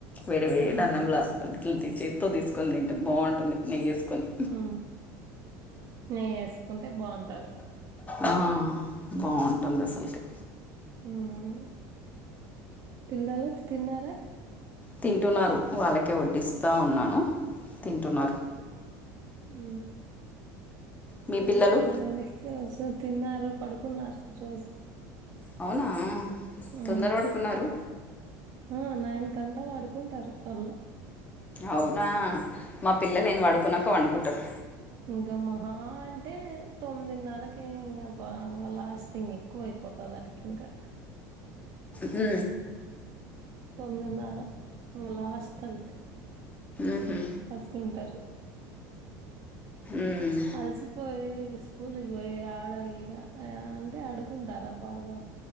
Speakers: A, on the left; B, on the right.
A: వేడి వేడి
B: హ్మ్
A: అన్నంలో ఇట్లు చేతితో తీసుకొని తింటే బాగుంటుంది నెయ్యివేసుకొని
B: ఆ నెయ్య వేసుకుంటే బాగుంటది
A: ఆ బాగుంటుంది అసలుకి
B: హ్మ్ పిల్లలు తిన్నారా
A: తింటున్నారు వాళ్ళకి ఇంకా వడ్డిస్తా ఉన్నాను తింటున్నారు
B: ఉ
A: మీ
B: ఇంకేమండి
A: పిల్లలు
B: రోజు తిన్నారు పడుకున్నారు రోజు
A: అవునా
B: ఉ
A: తొందర పడుకున్నారు
B: ఆ నైనుకుకంతా పడుకుంటారు వాళ్ళు
A: అవునా మా పిల్లలు నేను పడుకున్నాక పడుకుంటారు
B: ఇంకా మహా అంటే తొమ్మిదిన్నరకి ఇంకా బా ఇంక లాస్టింగ్ ఎక్కువ అయిపోతుంది అటికి ఇంకా
A: ఉ
B: తొమ్మిదిన్నర లాస్ట్ అంతే
A: ఉహు
B: పడుకోన్ఉంటారు,
A: ఉమ్
B: అల్సిప్ పోయి స్కూల్కి పోయి ఆడ, ఈడ ఆ అంటే ఆడుకుంటారా బాగా.